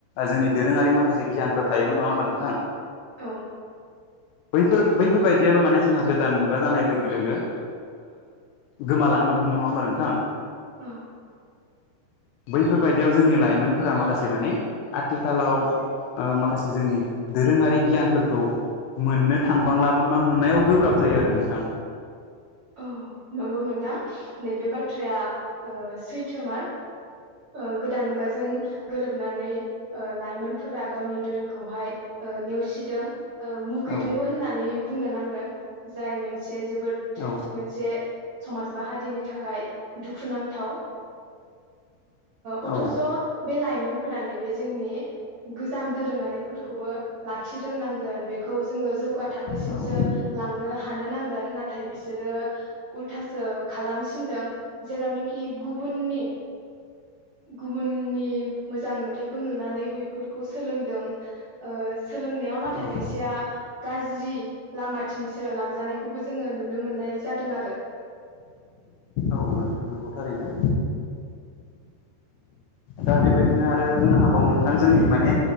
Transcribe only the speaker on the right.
औ।
औ।
औ नंगौ नोंथां नैबे बाथ्राया सैथोमार ओ गोदान मुगाजों गोरोबनानै लाइमोनफोरा गावनि दोरों खौहाय नेवसिदों मुगैदोंबो
होननानै बुंनो नांगोन जाय मोनसे जोबोद
मोनसे समाज बा हारिनि थाखाय दुखुनांथाव। अथ'स'
बे लाइमोनफोरा नैबे जोंनि गोजाम दोरोङारिफोरखौबो लाखि रोंनांगोन बेखौ जोङो जौगा थाखोसिमसो
लांनो हानो नांगोन नाथाय बिसोरो उल्थासो खालामसिनदों जेरावनोखि गुबुननि गुबुननि मोजां नुथायाइखौ नुनानै बेफोरखौ सोलोंदों। ओ सोलोंनायाव नाथाय
खायसेया गाज्रि लामाथिंसो लांजानायखौबो जों जोङो नुनो मोननाय जादों आरो।
<inaudible>